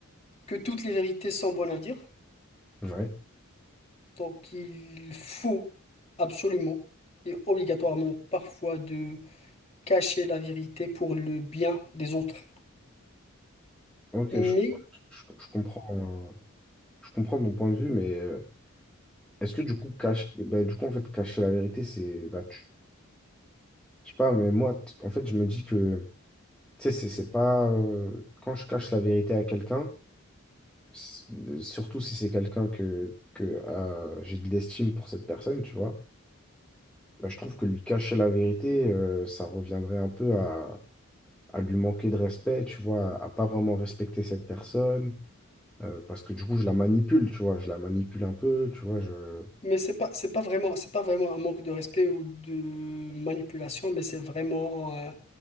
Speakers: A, on the left (about 30°); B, in the centre.
A: que toutes les vérités sont bonnes à dire.
B: ouais,
A: Donc il faut absolument et obligatoirement parfois de cacher la vérité pour le bien des autres.
B: ok,
A: Mais
B: je, je- je comprends, euh, je comprends ton point de vue, mais euh, est-ce que du coup, cache bah, du coup, en fait, cacher la vérité, c'est, bah, tu- je sais pas, mais moi, t- en fait, je me dis que, tu sais, c'est c'est pas, euh, quand je cache la vérité à quelqu'un, S- Surtout si c'est quelqu'un que, que euh, j'ai de l'estime pour cette personne, tu vois. Bah, je trouve que lui cacher la vérité, euh, ça reviendrait un peu à, à lui manquer de respect, tu vois, à pas vraiment respecter cette personne, euh, parce que du coup, je la manipule, tu vois, je la manipule un peu, tu vois, je...
A: mais c'est pas c'est pas vraiment c'est pas vraiment un manque de respect ou de manipulation, mais c'est vraiment euh,